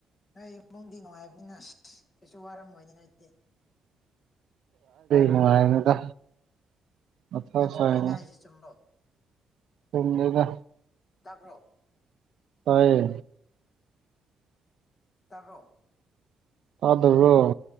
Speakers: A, on the left (about 45°); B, on the right (about 65°).
A: ꯅꯣꯏ ꯏꯃꯨꯡꯗꯤ ꯅꯨꯡꯉꯥꯏꯕꯅꯤꯅ ꯑꯁ ꯀꯩꯁꯨ ꯋꯥꯔꯝꯃꯣꯏꯅꯤꯅ ꯑꯩꯗꯤ
B: ꯅꯨꯡꯉꯅꯦꯗ ꯑꯁꯅꯦ
A: ꯅꯠꯇ꯭ꯔꯣ ꯑꯩꯅ ꯍꯥꯏꯁꯦ ꯆꯨꯝꯕ꯭ꯔꯣ
B: ꯊꯝꯗꯒ
A: ꯇꯥꯕ꯭ꯔꯣ
B: ꯇꯌꯦ
A: ꯇꯕꯣ
B: ꯑꯗꯕꯨꯣ